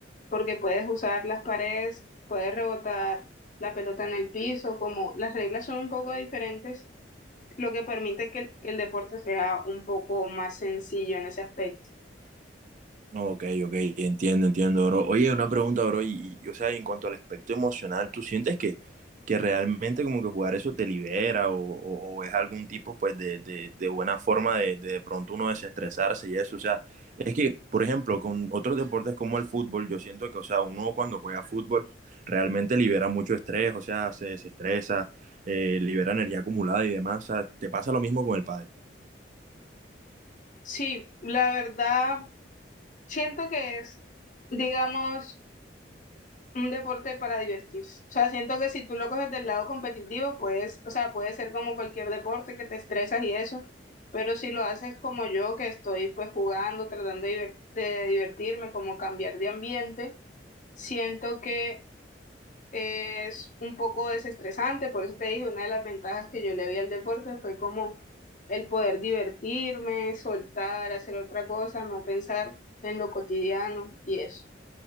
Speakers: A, on the left; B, on the right.
A: porque puedes usar las paredes, puedes rebotar la pelota en el piso, como las reglas son un poco diferentes lo que permite que el, que el deporte sea un poco más sencillo en ese aspecto.
B: Ok, ok, entiendo, entiendo, bro. Oye, una pregunta, bro, y, y, o sea, en cuanto al aspecto emocional, ¿tú sientes que, que realmente como que jugar eso te libera o, o- o es algún tipo, pues, de, de- de buena forma de, de de pronto uno desestresarse y eso? O sea, es que, por ejemplo, con otros deportes como el fútbol, yo siento que, o sea, uno cuando juega fútbol realmente libera mucho estrés, o sea, se desestresa, eh, libera energía acumulada y demás. O sea, ¿te pasa lo mismo con el pádel?
A: Sí, la verdad, siento que es, digamos, un deporte para divertirse. O sea, siento que si tú lo coges del lado competitivo, pues, o sea, puede ser como cualquier deporte que te estresas y eso, pero si lo haces como yo, que estoy pues jugando, tratando de, divert de divertirme, como cambiar de ambiente, siento que es un poco desestresante, por eso te dije, una de las ventajas que yo le vi al deporte fue como el poder divertirme, soltar, hacer otra cosa, no pensar en lo cotidiano y eso.